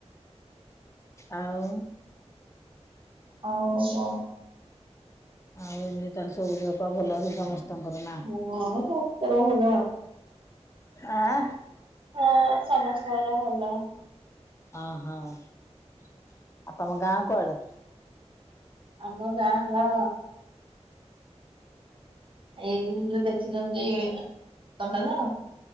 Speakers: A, on the left (about 25°); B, on the right (about 45°).
A: ଆଉ
B: ଆଉ କଣ?
A: ଆଉ ଏମିତି ତାହେଲେ ସବୁ ଦେହ ପା ଭଲ ଅଛି ସମସ୍ତଙ୍କର ନା।
B: ହଁ ସମସ୍ତଙ୍କର ଭଲ।
A: ଆଁ।
B: ହଁ ସମସ୍ତଙ୍କର ଭଲ।
A: ଅ ହ ଆଉ ତମ ଗାଁ କୁଆଡେ?
B: ଆମ ଗାଁ ହେଲା ଏଇ ଯୋଉ ଦେଖିଛନ୍ତି କଣ୍ଡାଧାର?